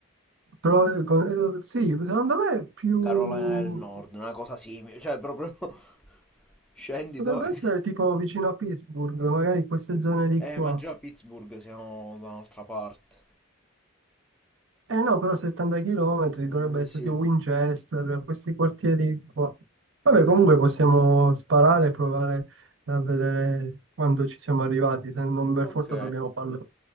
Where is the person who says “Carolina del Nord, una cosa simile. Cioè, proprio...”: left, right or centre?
Centre